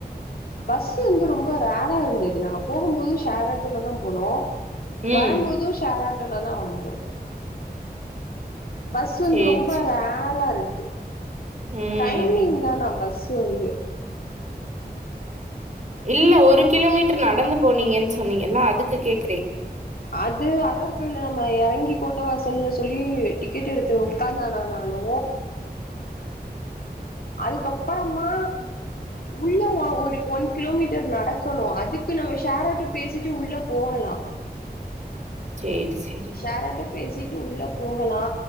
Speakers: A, on the left; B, on the right.
A: பஸ் வந்து ரொம்ப ரேரா இருந்தது நாங்க போகும் போது ஷேர் ஆட்டோலதா போனோ
B: ம்
A: வரம்போது ஷேர் ஆட் டோலதா வந்தோ பஸ் வந்து
B: சேரி
A: ரொம்ப
B: சேரி
A: ரேரா இருக்
B: ம்
A: டைமிங்தானா பஸ் த்து வந்து
B: இல்ல ஒரு கிலோமீட்டர் நடந்து போனீங்கன்னு சொன்னீங்கல்ல அதுக்கு கேக்குறே
A: அது அழகர் கோயில்ல நம்ம எறங்கி கோட்டை வாசல்னு சொல்லி டிக்கெட் எடுத்து உக்காந்தானானாலு அதுக்கப்பறமா உள்ள ஒ ஒரு ஒன் கிலோமீட்டர் நடக்கணு அதுக்கு நம்ம ஷேர்ஆட்டோ பேசிட்டு உள்ள போகலா
B: சேரி சேரி
A: ஷேர் ஆட்டோ பேசிட்டு உள்ள போகலா